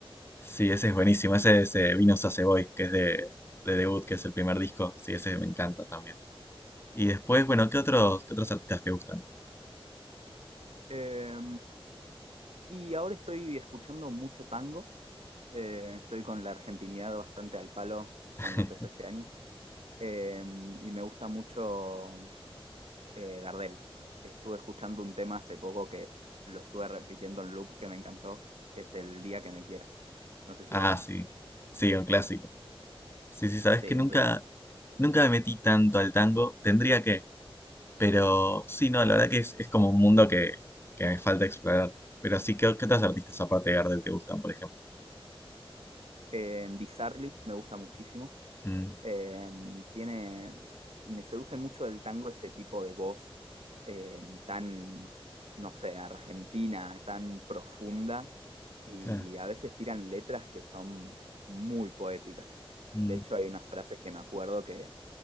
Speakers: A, on the left; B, on the right.
A: Sí, ese es buenísimo, ese es eh, Vinos Hace que es de, de debut, que es el primer disco, sí, ese me encanta también. Y después,
B: Sí.
A: bueno, ¿qué otros, qué otros artistas te gustan?
B: Eh, y ahora estoy escuchando mucho tango. Eh, estoy con la argentinidad bastante al palo
A: <laughs>
B: cuando empezó este año. Eh, y me gusta mucho eh, Gardel. Estuve escuchando un tema hace poco que lo estuve repitiendo en loop que me encantó, que es El Día que me quieras. No sé si
A: Ah,
B: lo conoces.
A: sí. Sí, un clásico. Sí, sí, sabes
B: Sí,
A: que nunca,
B: un clásico.
A: nunca me metí tanto al tango. Tendría que, Pero sí, no, la verdad que es, es como un mundo que, que me falta explorar. Pero sí, ¿qué, qué otros artistas aparte de Gardel te gustan, por ejemplo?
B: Eh, Disarly me gusta muchísimo.
A: Mm,
B: Eh, tiene, me seduce mucho el tango ese tipo de voz eh, tan, no sé, argentina, tan profunda y
A: claro,
B: a veces tiran letras que son muy poéticas.
A: mm,
B: De hecho, hay unas frases que me acuerdo que